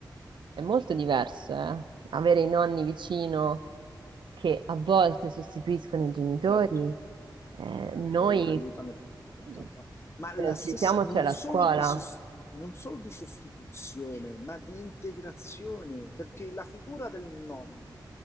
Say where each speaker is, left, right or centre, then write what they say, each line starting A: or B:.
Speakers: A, on the right; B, on the left.
A: È molto diverso, eh? Avere i nonni vicino che a volte sostituiscono i genitori.
B: Certo.
A: Eh,
B: Certo,
A: noi
B: gli aiutano.
A: se
B: tanto. Ma la
A: non
B: stessa,
A: ci siamo,
B: non
A: c'è la
B: solo
A: scuola.
B: di, sos- non solo di sostituzione, ma di integrazione, perché la figura del nonno,